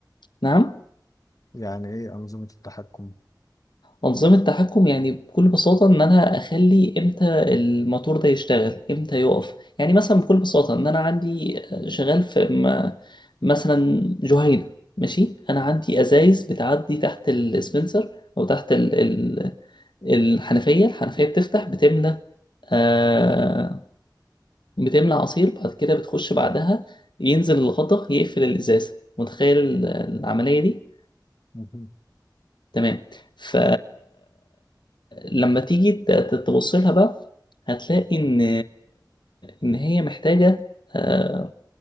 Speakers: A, on the left (about 75°); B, on the left (about 50°).
A: نعم
B: يعني إيه أنظمة التحكم؟
A: أنظمة تحكم يعني بكل بساطة إن أنا أخلي إمتى الموتور ده يشتغل إمتى يقف يعني مثلا بكل بساطة إن أنا عندي آه، شغال في م- مثلا جهينة ماشي أنا عندي أزايز بتعدي تحت السبنسر أو تحت ال- ال- الحنفية الحنفية بتفتح بتملى آه بتملى عصير بعد كده بتخش بعدها ينزل الغطا يقفل الإزازة متخيل ال- العملية دي؟
B: مهم.
A: تمام ف لما تيجي ت- ت- تبص لها بقى هتلاقي ان ان هي محتاجه آه،